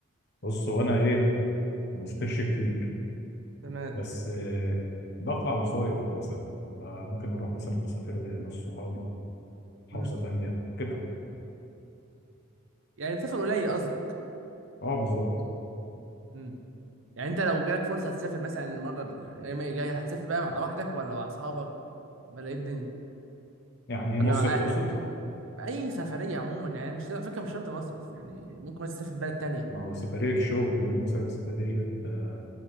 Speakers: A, on the left (about 55°); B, on the right (about 70°).
A: بص وانا ايه ما بسافرش كتير
B: تمام
A: بس آه، بطلع مصايف مثلا آه، ممكن اروح مثلا مسافر لناس صحابي محافظه
B: امم
A: تانيه كده
B: يعني بتسافر قليل قصدك
A: اه بالظبط
B: امم يعني انت لو جالك فرصه تسافر مثلا المره الايام الجايه هتسافر بقى مع وحدك ولا مع اصحابك ولا ايه الدنيا
A: يعني
B: ولا
A: ايه مصيف
B: مع
A: تقصد؟
B: اهلك مع اي سفريه عموما يعني مش على فكره مش شرط مصيف يعني ممكن مثلا تسافر بلد تانية
A: ما هو سفريه شغل غير مثلا سفريه آه،